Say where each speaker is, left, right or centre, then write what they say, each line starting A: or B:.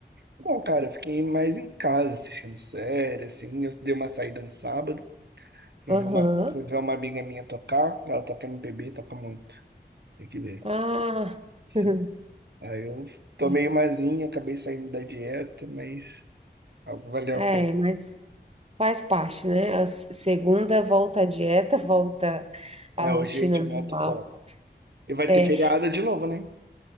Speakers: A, on the right (about 70°); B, on the right (about 35°).
A: Bom, cara, eu fiquei mais em casa assistindo série, assim. Eu dei uma saída no sábado, fui
B: Aham.
A: ver uma, fui ver uma amiga minha tocar. Ela toca MPB, toca muito. Tem que ver.
B: Ah.
A: Isso.
B: <laughs>
A: Aí eu tomei
B: Ué,
A: umazinha, acabei saindo da dieta, mas algo valeu
B: É,
A: a pena.
B: mas faz parte, né? A s- segunda volta à dieta, <laughs> volta à
A: É,
B: rotina
A: hoje a gente bota
B: normal.
A: o foco. E vai
B: É,
A: ter feriado de novo, né?